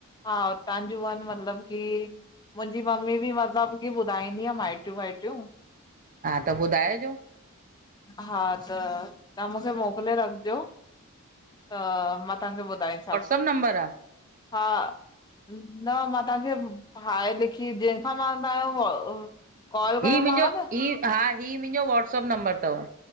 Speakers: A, on the left; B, on the right.
A: हा उतांजू आहिनि मतलब की मुंहिंजी मम्मी बि मतलब की ॿुधाईंदी आ माइटियूं वाइटियूं।
B: हा त ॿुधाइजो।
A: हा, त तव्हां मूंखे मोकिले रखिजो। हा मां तव्हांखे ॿुधायसव।
B: फोन नंबर आ?
A: हा न, मां तव्हांखे हाए लिखी, जंहिंसां मां तव्हांजो कॉल
B: ही
A: कयोमांव
B: मुंहिंजो
A: न।
B: ही हा हीअं मुंजो वाट्सअप नंबर तव।